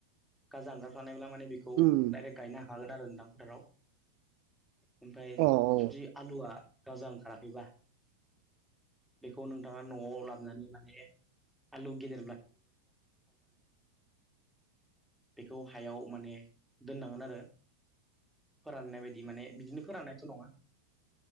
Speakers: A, in the centre; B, on the right.
A: गाजा ओंखारखानायब्ला माने बेखौ
B: उम
A: डाइरेक्ट गायनो हाखागोन आरो नोंथां फोथाराव। ओमफाय
B: अ औ
A: जुदि आलुआ गाजा ओंखाराखैबा। बेखौ नोंथाङा न'आव लाबनानै माने आलु गेदेद।
B: <unintelligible> <unintelligible>
A: बेखौ हायाव माने दोननांगोन आरो फोराननाय बायदि माने बिदिनो फोराननायथ' नङा